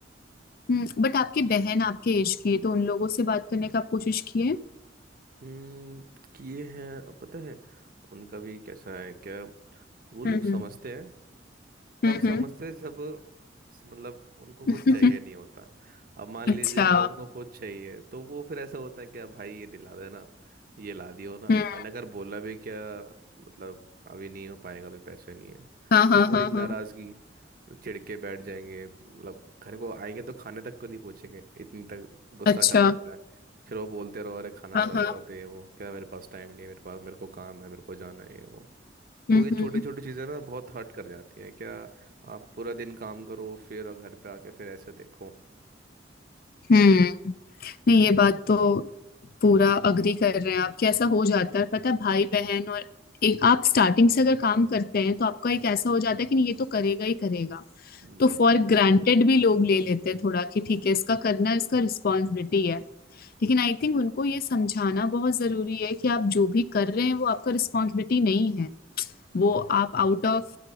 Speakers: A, on the left (about 55°); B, on the right (about 50°).
A: हम्म बट आपकी बहन आपके एज की है तो उन लोगों से बात करने का आप कोशिश किए
B: हम्म किए हैं पता है उनका भी कैसा है क्या वो लोग
A: हम्म
B: समझते हैं तब
A: हम्म
B: समझते
A: हम्म
B: सब स- मतलब उनको
A: <laughs>
B: कुछ
A: हम्म।
B: चाहिए नहीं होता अब मान लीजिए
A: अच्छा
B: कि उनको कुछ चाहिए तो वो फिर ऐसा होता है कि "अब भाई ये दिला देना ये ला दियो ना
A: हम्म
B: मैंने अगर बोला भी क्या मतलब अभी नहीं हो पाएगा अभी पैसे नहीं है
A: हाँ हाँ
B: वही
A: हाँ हाँ
B: नाराजगी चिढ़ के बैठ जाएंगे मतलब घर को आएंगे तो खाने तक को नहीं पूछेंगे इतनी तक गुस्सा
A: अच्छा
B: चला जाता है फिर वो बोलते रहो अरे खाना
A: हाँ
B: सर्व
A: हाँ
B: कर दे वो क्या मेरे पास टाइम नहीं है मेरे पास मेरे को काम है मेरे को जाना है ये वो तो
A: हम्म
B: ये छोटी
A: हम्म
B: छोटी चीज़ें ना बहुत हर्ट कर जाती हैं क्या आप पूरा दिन काम करो फिर और घर पे आके फिर ऐसे देखो
A: हम्म, नहीं ये बात तो पूरा अग्री कर रहे हैं आप कि ऐसा हो जाता है पता है भाई बहन और एक आप स्टार्टिंग से अगर काम करते हैं तो आपका एक ऐसा हो जाता है कि नहीं ये तो करेगा ही करेगा
B: वही
A: तो फॉर ग्रांटेड भी लोग ले लेते हैं थोड़ा कि ठीक है इसका करना इसका रिस्पॉन्सिबिलिटी है लेकिन आई थिंक उनको ये समझाना बहुत जरूरी है कि आप जो भी कर रहे हैं वो आपका रिस्पॉन्सिबिलिटी नहीं है वो आप आउट ऑफ